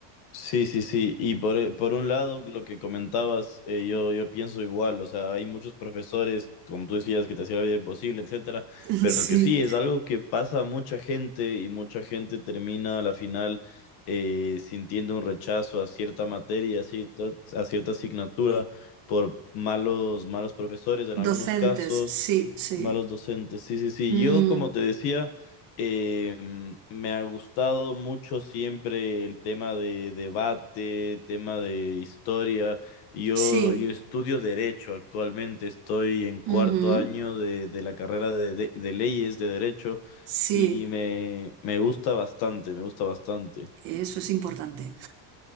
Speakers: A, on the left; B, on the right.
A: Sí, sí, sí. Y por, por un lado, lo que comentabas, eh, yo, yo pienso igual. O sea, hay muchos profesores, como tú decías, que te hacían la vida imposible, etcétera.
B: <laughs>
A: Pero que sí,
B: sí.
A: es algo que pasa a mucha gente y mucha gente termina a la final eh, sintiendo un rechazo a cierta materia, a cierta, a cierta asignatura, por malos, malos profesores en
B: Docentes,
A: algunos casos,
B: sí, sí.
A: malos docentes. Sí, sí, sí.
B: Mm,
A: Yo, como te decía. Eh, mm, me ha gustado mucho siempre el tema de debate, tema de historia. Yo,
B: sí.
A: yo estudio derecho actualmente, estoy en cuarto
B: Ujú,
A: año de, de la carrera de, de- de leyes de derecho
B: Sí.
A: y me, me gusta bastante, me gusta bastante.
B: Eso es importante,